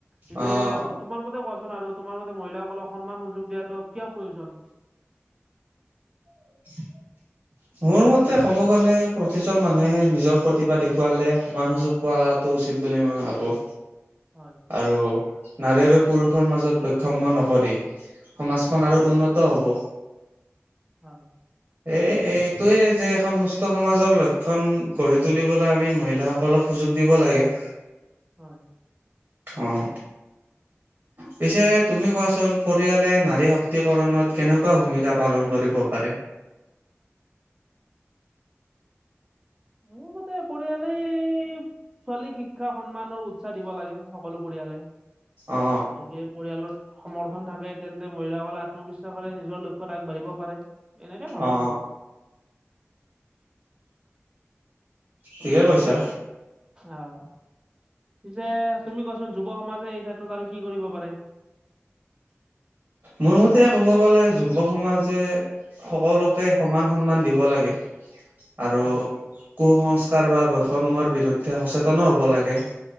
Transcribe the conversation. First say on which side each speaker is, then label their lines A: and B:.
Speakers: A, on the right; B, on the right.
A: পিছে,
B: অ অ
A: তোমাৰ মতে, কোৱাচোন আৰু? তোমাৰ মতে, মহিলাসকলক সন্মান-সুযোগ দিয়াটো কিয়, প্ৰয়োজন?
B: <inaudible> মোৰ মতে, ক'ব গ'লে, প্ৰতিজন মানুহে নিজৰ প্ৰতিভা দেখুৱালে, সমান সুযোগ পোৱাটো উচিত বুলি মই ভাবোঁ।
A: হয়
B: আৰু নাৰী আৰু পুৰুষৰ মাজত বৈষম্য নকৰি, সমাজখন
A: হয়
B: আৰু উন্নত হ'ব।
A: হয়!
B: এ, এইটোৱে যে, এখন সুস্থ সমাজৰ লক্ষণ গঢ়ি তুলিবলৈ, আমি মহিলা অলপ সুযোগ দিব লাগে।
A: হয়!
B: অ'! পিছে তুমি কোৱাচোন? পৰিয়ালে, নাৰী শক্তিকৰণত কেনেকুৱা ভূমিকা পালন কৰিব পাৰে?
A: মোৰ মতে, পৰিয়ালেই ছোৱালী শিক্ষা সন্মানৰ উ উচ্ছাস দিব লাগে, সকলো পৰিয়ালে।
B: অ
A: আৰু যদি, পৰিয়ালত সমৰ্থন থাকে, তেন্তে মহিলাসকলে আত্মবিশ্বাসৰে নিজৰ লক্ষ্যত আগবাঢ়িব পাৰে। এনেকে ভাবোঁ
B: অ
A: মইয়ো!
B: ঠিকে কৈছা।
A: অ'! পিছে, তুমি কোৱাচোন? যুৱ সমাজে এই ক্ষেত্ৰত আৰু কি কৰিব পাৰে?
B: মোৰ মতে, ক'ব গ'লে, যুুৱ সমাজে সকলোকে সমান সন্মান দিব লাগে। আৰু
A: উম
B: কু-সংস্কাৰ বা বৈষম্যৰ বিৰুদ্ধে সচেতনো হ'ব লাগে।